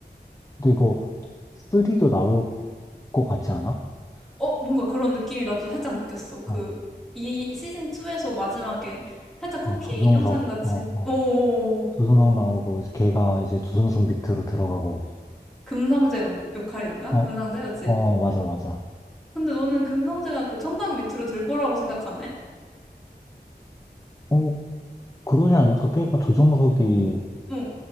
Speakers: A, on the left; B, in the centre.
A: 근데 이거 3도 나올 것 같지 않아?
B: 어, 뭔가 그런 느낌이 나도 살짝 느꼈어. 그,
A: 어,
B: 이 시즌2에서 마지막에 살짝 쿠키
A: 어, 조정석,
B: 영상 같이.
A: 어, 어.
B: 오,
A: 조정석 나오고 이제 걔가 이제 조정석 밑으로 들어가고,
B: 금성재 막- 역할이었나?
A: 어,
B: 금상재였지?
A: 어, 맞아, 맞아.
B: 근데 너는 금성대가 그 청강 밑으로 들 거라고 생각하네?
A: 어, 그러지 않을까? 걔가 조정석이
B: 응,